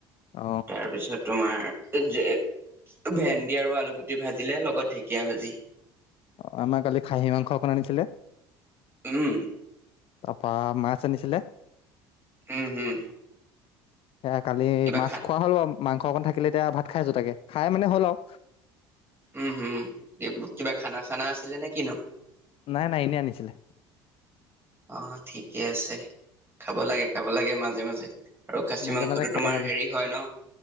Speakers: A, on the left (about 50°); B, on the right (about 20°).
A: অ
B: তাৰপিছত তোমাৰ এ ভেন্দি আৰু আলু গুটি ভাজিলে লগত ঢেকিয়ীয়া ভাজি।
A: অ আমাৰ কালি খাহী মাংস অকণ আনিছিলে।
B: উম।
A: তাৰ পৰা মাছ আনিছিলে।
B: উম হুম।
A: আ কালি মাছ
B: খা
A: খোৱা হ'ল বাৰু, মাংস অকণ থাকিলে এতিয়া, ভাত খাই আছো তাকে খাই মানে হ'ল আৰু।
B: উম হম, কিবা খানা চানা আছিলে নে কিনো?
A: নাই নাই, এনেই আনিছিলে।
B: অ ঠিকে আছে, খাব লাগে খাব লাগে মাজে মাজে। আৰু খাচী
A: মাজে
B: মাংসটো
A: মাজে খাব
B: তোমাৰ
A: লাগে
B: হেৰি হয় ন।